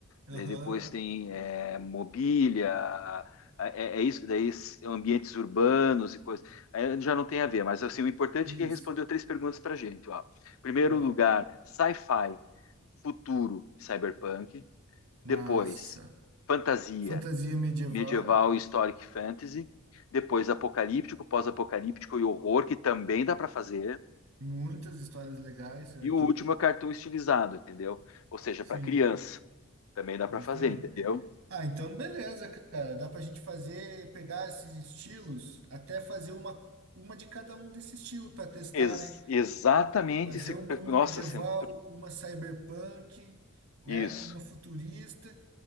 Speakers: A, on the right; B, on the left.
A: Aham,
B: daí depois tem é, mobília, é, é é isso, daí ambientes urbanos e coisas. Aí já não tem a ver, mas assim, o importante
A: isso.
B: é que ele respondeu três perguntas para a gente. Ó. Primeiro
A: Ah,
B: lugar, sci-fi, futuro e cyberpunk.
A: massa.
B: Depois, fantasia,
A: Fantasia medieval,
B: medieval e historic fantasy. Depois, apocalíptico, pós-apocalíptico e horror, que também dá para fazer.
A: muitas histórias legais. é
B: E
A: De,
B: o último é cartoon estilizado, entendeu? Ou seja,
A: sim,
B: para criança. Também dá para
A: justamente.
B: fazer, entendeu?
A: Ah, então beleza, cara. Dá pra gente fazer, pegar esses estilos, até fazer uma, uma de cada um desse estilo pra testar,
B: Ex-
A: né?
B: exatamente.
A: Fazer
B: Esse,
A: uma, uma
B: nossa,
A: medieval,
B: centro-
A: uma cyberpunk, né?
B: isso.
A: Uma futurista,